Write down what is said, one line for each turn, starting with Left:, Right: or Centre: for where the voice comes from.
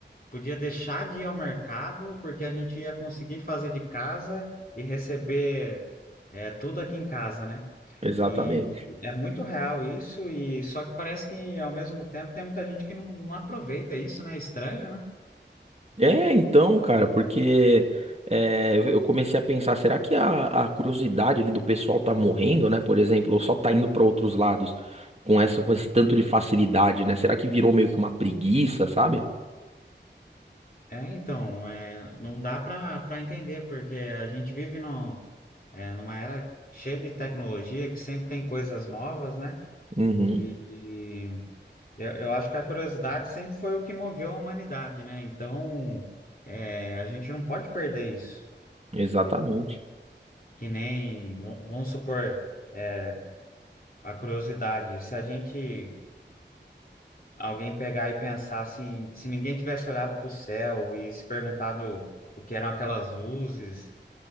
Left: podia deixar de ir ao mercado porque a gente ia conseguir fazer de casa e receber é, tudo aqui em casa, né?
Right: Exatamente.
Left: E é muito real isso, e só que parece que ao mesmo tempo tem muita gente que não, não aproveita isso, né? Estranho, né?
Right: É, então, cara, porque é, eu eu comecei a pensar, será que a, a curiosidade ali do pessoal tá morrendo, né? Por exemplo, ou só tá indo pra outros lados com essa, com esse tanto de facilidade, né? Será que virou meio que uma preguiça, sabe?
Left: É, então, é, não dá para para entender, porque a gente vive num, é, numa era cheia de tecnologia, que sempre tem coisas novas, né?
Right: Uhum,
Left: E, e eu, eu acho que a curiosidade sempre foi o que moveu a humanidade, né? Então, é, a gente não pode perder isso.
Right: exatamente,
Left: Que nem, v- vamos supor, é, a curiosidade. Se a gente, alguém pegar e pensar assim, se ninguém tivesse olhado para o céu e se perguntado o que eram aquelas luzes.